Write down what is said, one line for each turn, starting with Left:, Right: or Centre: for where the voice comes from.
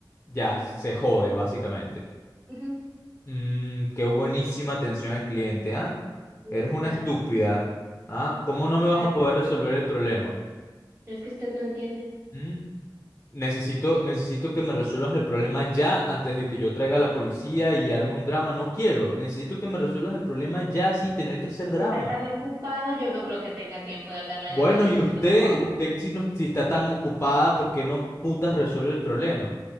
Left: ya se jode, básicamente.
Right: ujú,
Left: Mm, qué buenísima atención al cliente, ¿ah?
Right: mm,
Left: Eres una
Right: Gracias,
Left: estúpida, ¿ah? ¿Cómo no me
Right: gracias.
Left: vas a poder resolver el problema?
Right: Es que usted no entiende.
Left: Mm, Necesito, necesito que me resuelvas el problema ya antes de que yo traiga a la policía y arme un drama. No quiero. Necesito que me resuelvas el problema ya sin tener que hacer drama.
Right: Está tan ocupado, yo no creo que tenga tiempo de hablarle a
Left: Bueno,
Right: la policía
Left: y usted,
Right: tampoco.
Left: y usted si, no, si está tan ocupada, ¿por qué no putas resuelve el problema?